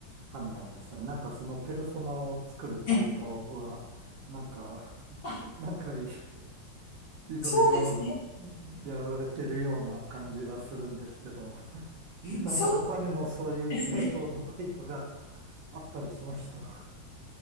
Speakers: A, on the right (about 75°); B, on the left (about 60°).
A: 判断ですね。なんかそのペルソナを作るバイトは、
B: ええ。
A: なんか、
B: あ、
A: なんかいいいろいろ
B: そうですね。
A: <laughs> やられてるような感じがするんですけど、んなんか他にもそういう系統のバイトが
B: そうですね。
A: <laughs> あったりしました。